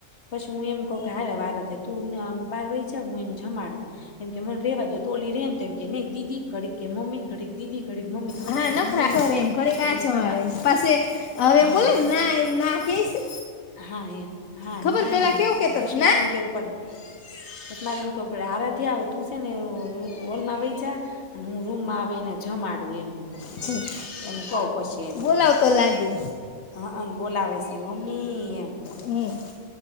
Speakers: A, on the left; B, on the left.
A: પછી હું એમ કઉ કે હારે વારતે તુંને બાર વઈ જા હું, એને જમાડું એમ કે મને રહેવાદો તોલી રે ને તો એમ કે નહી, દીદી ઘડી કે મમ્મી ઘડીક દીદી, ઘડીક મમ્મી <unintelligible>
B: હા નખરા
A: જમે ની
B: કરે એમ ઘડીક આ
A: એટલે પસ
B: જમાડે
A: મારા,
B: ને પાસે હવે એમ
A: હા,
B: બોલે ને
A: પસ
B: ના એમ ના કે છે
A: હા એમ, હા,
B: ખબર
A: નહી,
B: પેલા કેવું કેતો
A: પસ
B: ના
A: મારે એને કેવું પડે, પસ મારે એને કહેવું પડે હરા થયા તું સે ને હોલ માં આવી જા અને હું રૂમમાં આવી એને જમાડું એમ કહ
B: ઠીક,
A: એમ કહ પછી એને
B: બોલાવ તો લાગે
A: હ બોલાવે છે મી એમ
B: હમ